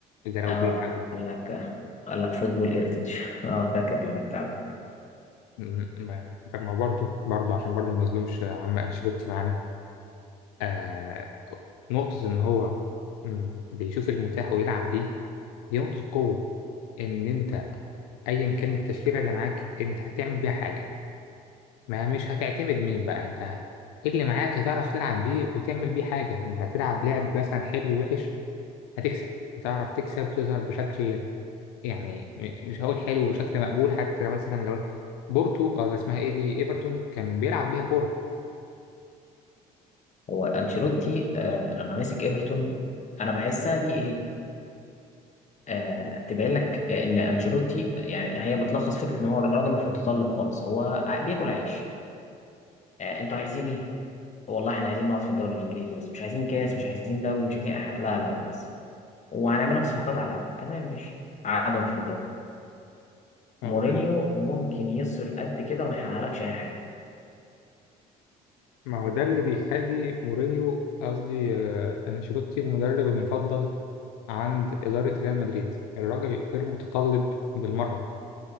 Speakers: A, on the left; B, on the left.
A: ده لو
B: اه
A: بيلعبوا
B: قال لك قال لك فوتبول هيريتج <laughs> اه فاكر البتاع ده.
A: م- ما- طب ما برضه برضه عشان برضه ما نظلمش عم أنشيلوتي معانا آه نقطة إن هو م، بيشوف المتاح ويلعب بيه دي نقطة قوة إن أنت أيا كانت التشكيلة اللي معاك أنت هتعمل بيها حاجة ما مش هتعتمد مين بقى انت ايه اللي معاك هتعرف تلعب بيه وتعمل بيه حاجة مش هتلعب لعب مثلا حلو ووحش هتكسب هتعرف تكسب وتظهر بشكل يعني م- مش هقول حلو وشكل مقبول حتى مثلا لو بورتو او اسمها ايه دي ايفرتون كان بيلعب بيها كورة
B: هو انشيلوتي آه لما مسك ايفرتون انا بحسها دي ايه آه تبين لك آه، ان انشيلوتي يعني هي بتلخص فكره ان هو راجل مش متطلب خالص هو ع- بياكل عيش آه انتوا عايزين ايه والله احنا عايزين نقعد في الدوري الانجليزي بس مش عايزين كاس مش عايزين دوري مش عايزين أح... لا لا لا بس وهنعمل لك صفقات على قد تمام ماشي قعدهم في الدوري
A: والله.
B: مورينيو ممكن يصرف قد كده وما يحققلكش اي حاجه
A: ما هو ده اللي بيخلي مورينيو قصدي آه، انشيلوتي المدرب المفضل عند إدارة ريال مدريد الراجل غير متطلب بالمرة